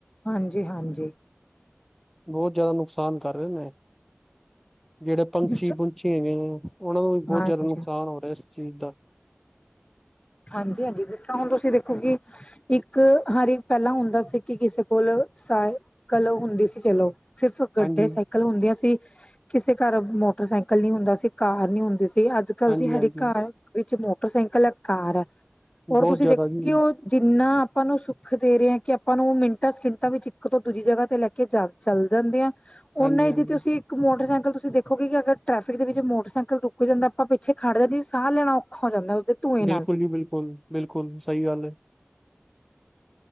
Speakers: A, on the left; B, in the centre.
A: ਹਾਂਜੀ-ਹਾਂਜੀ।
B: ਬਹੁ ਜਿਆਦਾ ਨੁਕਸਾਨ ਕਰ ਰਹੇ ਨੇ। ਜਿਹੜੇ ਪੰਛੀ-ਪੁੰਛੀ
A: ਜਿਸ
B: ਹੈਗੇ ਨੇ, ਉਹਨਾਂ ਨੂੰ ਵੀ
A: ਤਰ੍ਹਾਂ
B: ਬਹੁਤ ਜ਼ਿਆਦਾ
A: ਹਾਂਜੀ
B: ਨੁਕਸਾਨ ਹੋ ਰਿਹਾ ਇਸ ਚੀਜ਼ ਦਾ।
A: ਹਾਂਜੀ-ਹਾਂਜੀ, ਜਿਸ ਤਰ੍ਹਾਂ ਹੁਣ ਤੁਸੀਂ ਦੇਖੋ ਕਿ ਇੱਕ ਹਰ ਇੱਕ ਪਹਿਲਾਂ ਹੁੰਦਾ ਸੀ, ਕਿ ਕਿਸੇ ਕੋਲ ਸਾਇਕਲ ਹੁੰਦੀ ਸੀ ਚਲੋ। ਸਿਰਫ ਗੱਡੇ
B: ਹਾਂਜੀ
A: ਸਾ ਸਾਈਕਲ ਹੁੰਦੀਆਂ ਸੀ, ਕਿਸੇ ਘਰ ਮੋਟਰਸਾਈਕਲ ਨੀ ਹੁੰਦਾ ਸੀ, ਕਾਰ ਨੀ ਹੁੰਦੀ ਸੀ, ਅੱਜ ਕੱਲ
B: ਹਾਂਜੀ
A: ਜੀ ਹਰ
B: ਹਾਂਜੀ
A: ਘਰ ਵਿੱਚ ਮੋਟਰਸਾਈਕਲ ਐ, ਕਾਰ ਐ,
B: ਬਹੁਤ
A: ਹੋਰ ਤੁਸੀਂ
B: ਜ਼ਿਆਦਾ
A: ਦੇਖੋ
B: ਜੀ
A: ਕਿ ਉਹ ਜਿੰਨਾ ਆਪਾਂ ਨੂੰ ਸੁੱਖ ਦੇ ਰਹੇ ਐ, ਕਿ ਆਪਾਂ ਨੂੰ ਮਿੰਟਾਂ ਸਕਿੰਟਾਂ ਵਿੱਚ ਇੱਕ ਤੋਂ ਦੂਜੀ ਜਗ੍ਹਾ ਤੇ ਲੈ ਕੇ ਜਾਵੇ। ਚੱਲ ਜਾਂਦੇ ਆ, ਉਹਨਾ
B: ਹਾਂਜੀ
A: ਹੀ
B: ਹਾਂਜੀ
A: ਜੀ ਤੁਸੀਂ ਇੱਕ ਮੋਟਰਸਾਈਕਲ ਤੁਸੀਂ ਦੇਖੋਗੇ ਕਿ ਅਗਰ ਟਰੈਫਿਕ ਦੇ ਵਿੱਚ ਮੋਟਰਸਾਈਕਲ ਰੁਕ ਜਾਂਦਾ, ਆਪਾਂ ਪਿੱਛੇ ਖੜ ਜਾਂਦੇ ਆਂ, ਸਾਹ ਲੈਣਾ ਔਖਾ ਹੋ ਜਾਂਦਾ ਉਸਦੇ ਧੂੰਏ
B: ਬਿਲਕੁਲ
A: ਨਾਲ
B: ਜੀ ਬਿਲਕੁਲ, ਬਿਲਕੁਲ ਸਈ ਗਾੱਲ ਏ।